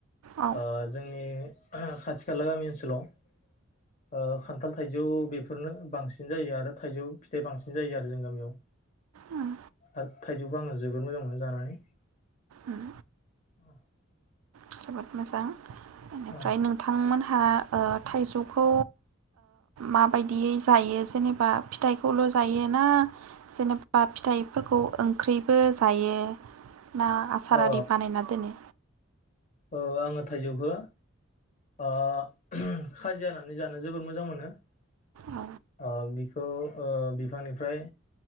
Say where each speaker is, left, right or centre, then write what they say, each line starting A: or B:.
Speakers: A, on the right; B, on the left.
A: औ
B: ओ जोंनि खाथि खाला गामि ओनसोलाव खानथाल थाइजौ बेफोरनो बांसिन जायो आरो थाइजौ फिथाइ बांसिन जायो आरो जोंनि गामियाव
A: उम
B: आरो थाइजौखौ आङो जोबद मोजां मोनो जानानै
A: उम
B: अ
A: जोबोद मोजां बेनिफ्राय
B: औ
A: नोंथांमोन हा ओ थाइजौखौ माबायदियै जायो जेनेबा फिथाइखौल जायोना जेनेबा फिथाइफोरखौ ओंख्रिबो जायो ना आसार
B: अ
A: आरि बानायना दोनो?
B: औ आङो थाइजौखो आ खाजि हानानानै जानो जोबोर मोजां मोनो आ
A: औ
B: बिखौ ओ बिफांनिफ्राय